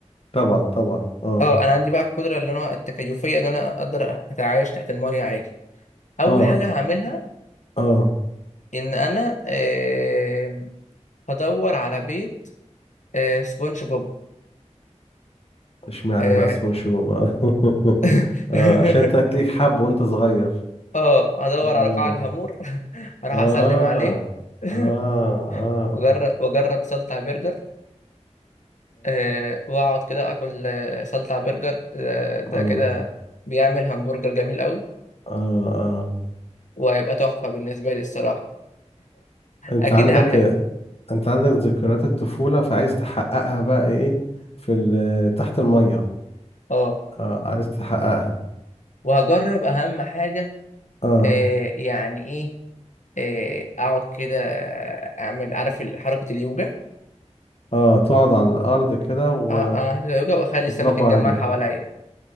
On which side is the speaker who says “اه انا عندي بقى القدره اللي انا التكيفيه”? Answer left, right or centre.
Left